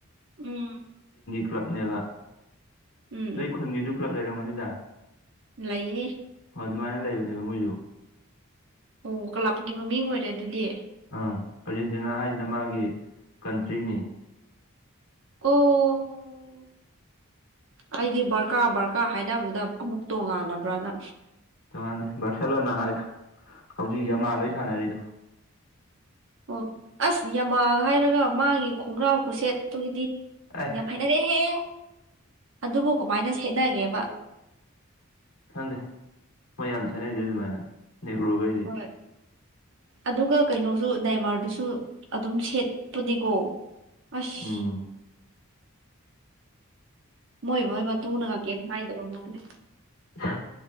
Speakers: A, on the right; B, on the left.
A: ꯎꯝ
B: ꯀ꯭ꯂꯕꯅꯦꯕ
A: ꯎꯝ
B: ꯅꯣꯏ ꯈꯨꯟꯒꯤꯁꯨ ꯀ꯭ꯂꯕ ꯂꯩꯔꯝꯒꯅꯤꯗ
A: ꯂꯩꯌꯦ
B: ꯍꯣꯏ ꯑꯗꯨꯃꯥꯏꯅ ꯂꯩꯕꯅꯦꯕ ꯃꯣꯏꯖꯨ
A: ꯑꯣ ꯀꯥꯂꯕꯀꯤ ꯃꯃꯤꯡ ꯑꯣꯏꯔꯦ ꯑꯗꯨꯗꯤ
B: ꯑ ꯑꯥꯔꯖꯦꯟꯇꯤꯅꯥ ꯍꯥꯏꯖꯤꯅ ꯃꯥꯒꯤ ꯀꯟꯇ꯭ꯔꯤꯅꯤ
A: ꯑꯣ ꯑꯩꯗꯤ ꯕꯔꯀꯥ ꯕꯔꯀꯥ ꯍꯥꯏꯅꯕꯗꯨꯗ ꯑꯃꯨꯛ ꯇꯣꯡꯉꯥꯜꯂꯕ꯭ꯔꯅ
B: ꯇꯣꯉꯥꯟꯗꯦ ꯕꯥꯔꯁꯦꯂꯣꯅꯥ ꯍꯥꯏꯗꯣ ꯍꯧꯖꯤꯛ
A: ꯎꯝ
B: ꯌꯥꯝꯃꯥꯜ ꯍꯣꯏ ꯁꯥꯅꯔꯤꯗꯣ
A: ꯑꯣ ꯑꯁ ꯌꯥꯝꯃꯥꯜ ꯍꯥꯏꯔꯒ ꯃꯥꯒꯤ ꯈꯣꯡꯒ꯭ꯔꯥꯎ ꯈꯨꯁꯦꯠꯇꯨꯗꯤ
B: ꯑꯦ
A: ꯌꯥꯝ ꯍꯩꯅꯗꯦꯍꯦ ꯑꯗꯨꯕꯨ ꯀꯃꯥꯏꯅ ꯁꯦꯠꯅꯒꯦꯕ
B: ꯈꯪꯗꯦ ꯃꯣꯏ ꯌꯥꯝ ꯁꯦꯠꯅꯩꯗꯨꯗꯤ ꯑꯗꯨꯃꯥꯏꯅ ꯅꯦꯒ꯭ꯔꯣꯒꯩꯗꯤ
A: ꯍꯣꯏ ꯑꯗꯨꯒ ꯀꯩꯅꯣꯁꯨ ꯅꯏꯃꯥꯔꯗꯨꯁꯨ ꯑꯗꯨꯝ ꯁꯦꯠꯄꯅꯤꯀꯣ ꯑꯁ
B: ꯎꯝ
A: ꯃꯣꯏ ꯃꯣꯏ ꯃꯇꯨꯅꯒ ꯀꯩꯝ ꯍꯥꯏꯗꯕ ꯃꯥꯜꯂꯦ
B: ꯍꯥ